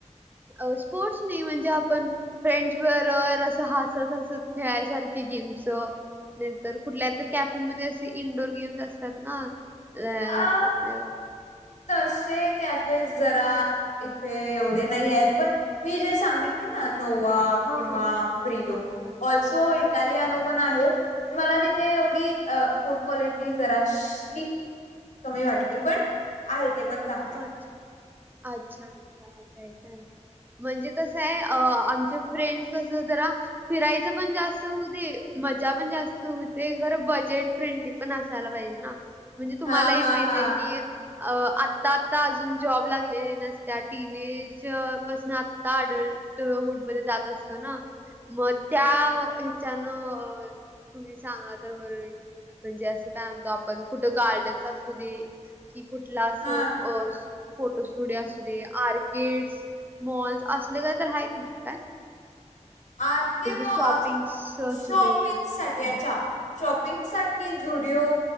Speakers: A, on the right (about 15°); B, on the left (about 85°).
A: अह स्पोर्ट्स नाही म्हणजे आपण फ्रेंड्स बरोबर असं हसत हसत खेळायसारखे गेम्स नाही तर कुठल्या तर कॅफेमध्ये असे इंडोअर गेम्स असतात ना आह
B: अ
A: अह
B: तसे कॅफेज जरा इथे एवढे नाही आहेत पण मी जे सांगित है ना नोवा
A: हा
B: किंवा
A: हा
B: प्रिओ ऑल्सो इटालियन ओ पण आहे मला तिथे एवढी अह फूड क्वालिटी जराशी कमी वाटली पण आहे ते पण चांगलं आहे.
A: अच्छा अच्छा हो काय तर म्हणजे कसं आहे अह आमचे फ्रेंड् कस जरा फिरायचं पण जास्त होते मजा पण जास्त होते खरं बजेट फ्रेंडली पण असायला पाहिजे ना म्हणजे तुम्हालाही
B: हा हा
A: माहितय
B: हा
A: की अह आ आता आता अजून जॉब लागलेल्या नसत्या टीनेज पासन आता अडल्ट ल्ट हुड मध्ये जात असतो ना मग त्या ह्याच्यान तुम्ही सांगला तर <unintelligible> म्हणजे असं काय म्हणतो आपण कुठं गार्डनस असू दे कि कुठला असं
B: हा
A: अह फोटो स्टुडिओ असू दे, आर्किड्स मॉल्स असले काय तर हाय <unintelligible>
B: आर के मॉ
A: शॉपिंग्स
B: अह
A: असू
B: शॉपिंगसाठी
A: दे
B: अच्छा शॉपिंग साठी झुडीओ